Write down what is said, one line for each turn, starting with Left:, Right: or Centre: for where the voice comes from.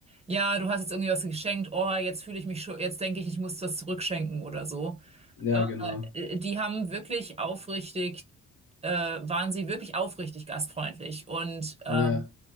Right: ja, du hast jetzt irgendwie was geschenkt, oh, jetzt fühle ich mich schon, jetzt denke ich, ich muss das zurückschenken oder so.
Left: ja,
Right: Aber
Left: genau.
Right: äh, die haben wirklich aufrichtig, äh, waren sie wirklich aufrichtig gastfreundlich. Und ähm,
Left: Ja,